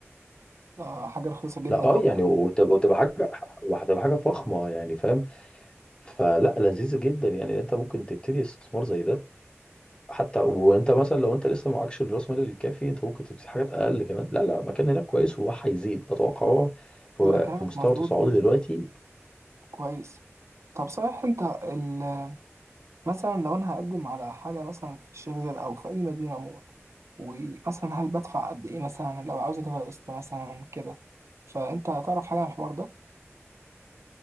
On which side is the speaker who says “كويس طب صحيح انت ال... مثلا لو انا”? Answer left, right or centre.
Right